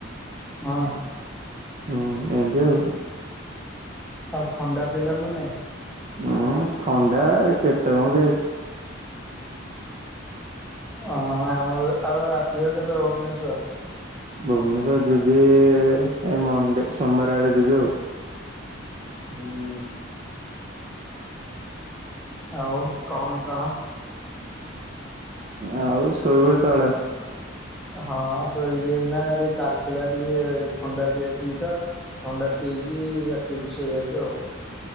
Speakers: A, in the centre; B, on the right.
A: ହଁ।
B: ହୁଁ ଏମ୍ତି ଆଉ।
A: ଆଉ ଥଣ୍ଡା ପିଇଲ ନା ନାଇଁ?
B: ଉୁଁ ଥଣ୍ଡା କେତେ କଣ ଦିଆହେଇଛି।
A: ହଁ ଆମର ଆଉ ଆସିବ କେବେ ଭୁବନେଶ୍ଵର?
B: ଭୁବନେଶ୍ଵର ଯିବି ଏ ମଣ୍ଡେ ସୋମବାର ଆଡେ ଯିବି ଆଉ।
A: ହୁଁ। ଆଉ କହୁନୁ କଣ?
B: ଆଉ ଶୋଇବେ କେତେବେଳେ।
A: ହଁ ଶୋଇବି ହେଇନା ଟିକେ ଚାଲିଥିଲା ଟିକେ ଥଣ୍ଡା ପିଆ ପିଇ ତ। ଥଣ୍ଡା ପିଇକି ଆସିଛି ଶୋଇବାକୁ ଆଉ।